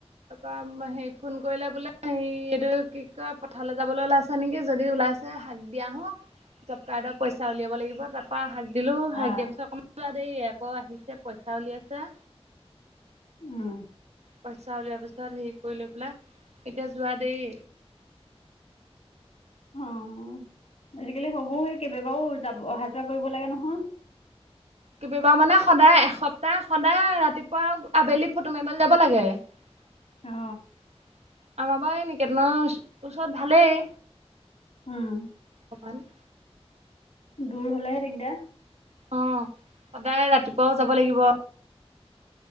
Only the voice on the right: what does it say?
তাৰপৰা হে ফোন কৰিলে বোলে হে এইটো কি কয় পথাললৈ যাবলৈ ওলাইছে নেকি যদি ওলাইছে হাক দি আহো। জবকাৰ্ডৰ পইচা উলিয়াব লাগিব তাৰপা শাক দিলো হাক
দিয়া পিছত অকণমান যোৱা দেই আকৌ আহিছে পইচা উলিয়াইছে।
পইচা উলিয়া পিছত হেৰি কৰি লৈ পেলাই এতিয়া যোৱা দেই।
কিবা মানে সদায় এসপ্তাহ সদায় ৰাতিপুৱা আবেলি ফটো মাৰিবলৈ যাব লাগে <unintelligible>
আমাৰ বাৰু এই নিকেতনৰ ওচৰত ভালেই।
ভৱান। <unintelligible>
অ সদায় ৰাতিপুৱাও যাব লাগিব।